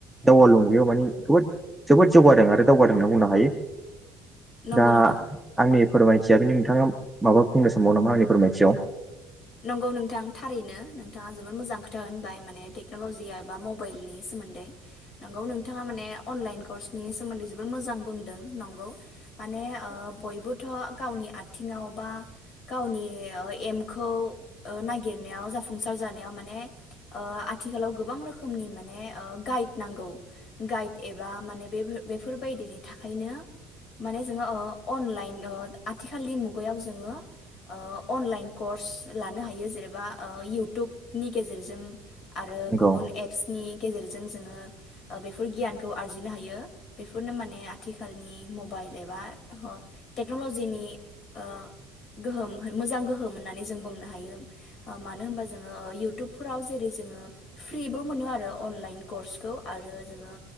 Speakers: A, in the centre; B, on the left.
A: दावगालु मुगायाव माने बोद जोबोद जौगादों आरो दावगादों होनना बुंनो हायो
B: नंगौ
A: दा
B: नोंथां
A: आंनि फोरमाय थिया बेनो नोंथाङा माबा बुंनो सानबावो नामा आंनि फोरमायथियाव?
B: नंगौ नोंथां थारैनो नोंथाङा जोबोद मोजां खोथा होनबाय। माने टेक्न'लजिया एबा मबाइलनि सोमोन्दै नंगौ नोंथाङा माने अनलाइन कर्सनि सोमोन्दै जोबोद मोजां बुंदों नंगौ। माने ओ बयबोथ' गावनि आ थिंआव बा गावनि एम खौ खौ ओ नागिरनायाव जाफुंसार जानायाव माने ओ आथिखालाव गोबां रोखोमनि माने ओ गाइड नांगौ गाइड एबा माने बे बेफोरबायदिनि थाखायनो माने जोङो ओ अनलाइन ओ आथिखालनि मुगायाव जोङो ओ अनलाइन कर्स लानो हायो जेनेबा इयउटुबनि गेजेरजों आरो
A: नंगौ
B: गुबुन एप्सनि गेजेरजों जों जोंङो बेफोर गियानखौ आरजिनो हायो बेफोरनो माने आथिखालनि मबाइल एबा अ टेक्नलजिनि ओ गोहोम मोजां गोहोम होन्ना नै जों बुंनो हायो ओ मानो होनबा जोङो ओ इउटुबफोराव जेरै जोङो फ्रिबो मोनो आरो अनलाइन कर्सखौ आरो जोङो